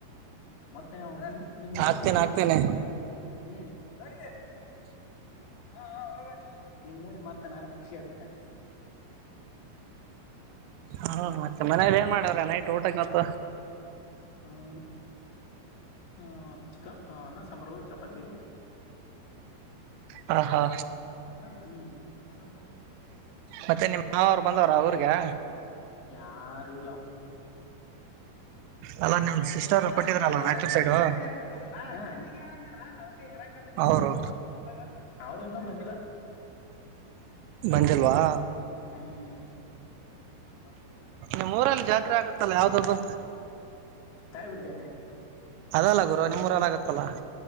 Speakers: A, on the left; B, on the right.
A: ಮತ್ತೆ ನಾವು ನಿಮ ನಿಮ್
B: ಹಾಕ್ತೇನೆ
A: ನೋಡ ನಾವ್
B: ಹಾಕ್ತೇನೆ
A: ಖುಷಿ ಅಕ್ಕ ಹ್ಮ್ ಬರಿ ಹಾ ಹೋಗರ್ ನಿಮ್ ನೋಡಿ ಮತ್ತ ನಾನ ಖುಷಿ ಆಗ್ತಿನೆ.
B: ಹಾಂ ಮತ್ತೆ ಮನೇೆಯಲ್ಲಿ ಏನ್ ಮಾಡ್ಯ್ರ ನೈಟ್ ಊಟಕ್ಕಾತ್ತ.
A: ಹಾಂ ಹ್ಮಾ ಚಿಕನ್ ಅನ್ನ ಸಾಂಬಾರು ಚಪಾತಿ.
B: ಹಾ ಹಾ
A: <unintelligible> ಹ್ಮ್
B: ಮತ್ತೆ ನಿಮ್ಮ ಮಾವರು ಬಂದಾವ್ರ ಊರಿಗೆ.
A: ಯಾರು ಇಲ್ಲ.
B: ಅಲ್ಲ ನಿಮ್
A: <unintelligible>
B: ಸಿಸ್ಟರ್ ಕೊಟ್ಟಿದ್ರಲ್ಲ ರಾಯಚೂರ್ ಸೈಡು
A: ಈಗ ಹೇರ್ತಿರಿ ಅವುನಾ ಹ್ಮ್ ಮಣ್ಣಿಗೆ ಹೇರಂದ್ಯಲಾ ಅದಾ. ಬಂದಿದೆ
B: ಅವರು
A: ನಾನ <unintelligible> ಅವರಿನ್ನಾ ಬಂದಿಲ್ಲಾ.
B: ಬಂದಿಲ್ವಾ.
A: ಹ್ಮ್ <unintelligible>
B: ನಿಮ್ಮೂರಲ್ಲಿ ಜಾತ್ರೆ ಆಗತ್ತಲ್ಲ ಯಾವ್ದದ್ದು.
A: ತಾಯಿಗುಡಿ ಜಾತ್ರೆ
B: ಅದಲ್ಲ ಗುರು ನಿಮ್ಮೂರಲ್ಲಾಗತ್ತಲ್ಲಾ.